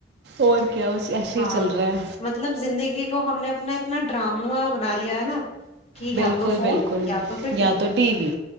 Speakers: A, on the right; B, on the left.
A: اور کیا اس ایسا
B: ہاں
A: ہی چل رہا ہے
B: مطلب زندگی ہم نے اس میں اتنا ڈرامہ بنا لیا ہے نا کہ یا
A: بالکل
B: تو فون
A: بالکل
B: یا تو پھر
A: یا تو ٹی وی